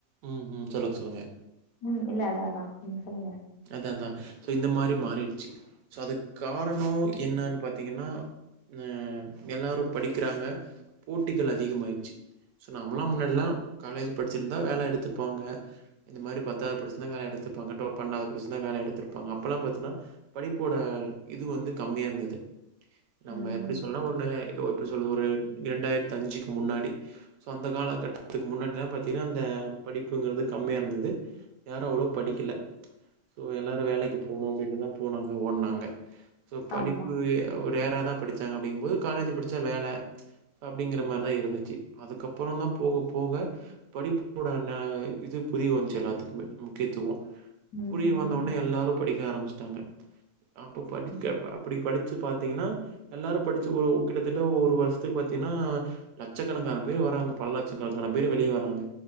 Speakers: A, on the right; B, on the left.
A: ம் ம் சொல்லுங்க சொல்லுங்க
B: ம் இல்ல அதா அதா நீங்க சொல்லுங்க
A: அதா அதா சோ இந்த மாரி மாறிடுச்சு சோ அது காரணோ என்னான்னு பாத்தீங்கனா ம் எல்லாரு படிக்கிறாங்க போட்டிகள் அதிகமாயிரு சி சோ நம்மலா முன்னாடில்லா காலேஜ் படிச்சிருந்தா வேல எடுத்து பாங்க இந்த மாரி பத்தாவது படிச்சிருந்தா வேல எடுத்துப்பாங்க டோ பண்டாவது படிச்சிருந்தா வேல எடுத்துருப்பாங்க அப்பலா பாத்தினா படிப்போட இது வந்து கம்மியா இருந்தது நம்ம
B: ம்
A: எப்டி சொல்னா ஒன்னு எப்புடி சொல்ல ஒரு ரெண்டாயிரத்து அஞ்சுக்கு முன்னாடி ஸோ அந்த கால கட்டத்துக்கு முன்னாடில்லா பாத்தீனா அந்த படிப்புங்கறது கம்மியா இருந்தது யாரு அவ்ளோ படிக்கல சோ எல்லாரு வேலைக்கு போணு அப்புடின்னு தா போனாங்க ஓட்னாங்க சோ படிப்பு
B: ஆமா
A: எ ஒரு ரேரா தா படிச்சாங்க அப்டிங்குபோது காலேஜ் படிச்சா வேல அப்டிங்கற மாரிதா இருந்துச்சி அதுக்கப்புறோ தா போக போக படிப்பு கூட அன்ன இது புரிய வந்துச்சு எல்லாத்துக்குமே முக்கியத்துவோ
B: ம்
A: புரிய
B: ம்
A: வந்தவுன்னே எல்லாரு படிக்க ஆரம்பிச்ட்டாங்க அப்ப படிக்க
B: ம்
A: அப்டி படிச்சி பாத்தீங்கனா எல்லாரு படிச்சு ஒரு கிட்டத்தட்ட ஒரு வருஷத்துக்கு பாத்தீனா லட்சக்கணக்கான க பல லட்சக்கனக்கான பேரு வெளிய வராங்க